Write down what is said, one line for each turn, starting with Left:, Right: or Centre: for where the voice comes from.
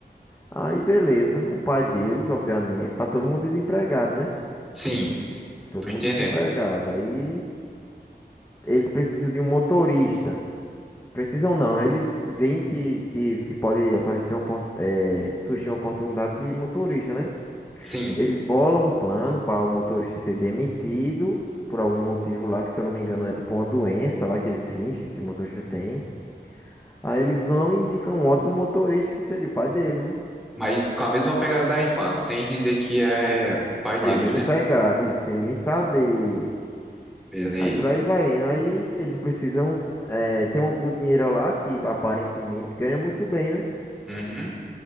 Left: Aí beleza, o pai deles, obviamente, tá todo mundo desempregado, né?
Centre: Sim,
Left: Todo
Centre: tô
Left: mundo
Centre: entendendo.
Left: desempregado. Aí eles precisam de um motorista. Precisam não, eles veem que, que, que pode aparecer uma, opor- eh, surgir uma oportunidade de motorista, né?
Centre: Sim,
Left: Eles bolam um plano para o motorista ser demitido por algum motivo lá, que se eu não me engano é tipo uma doença lá que eles fingem que o motorista tem. Aí eles vão e indicam um ótimo motorista que seria o pai deles, né?
Centre: mas com a mesma pegada da irmã, sem dizer que é o pai deles,
Left: Com a mesma
Centre: né?
Left: pegada, isso, sem ninguém saber.
Centre: Beleza.
Left: Aí por aí vai indo. Aí eles precisam eh, ter uma cozinheira lá que aparentemente ganha muito bem, né?
Centre: Uhum.